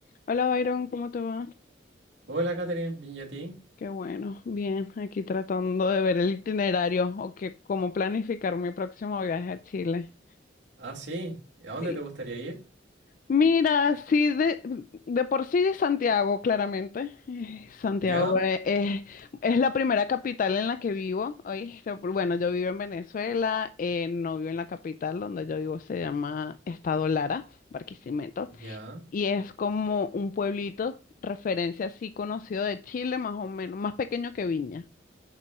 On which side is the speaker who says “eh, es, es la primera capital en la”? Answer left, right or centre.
Left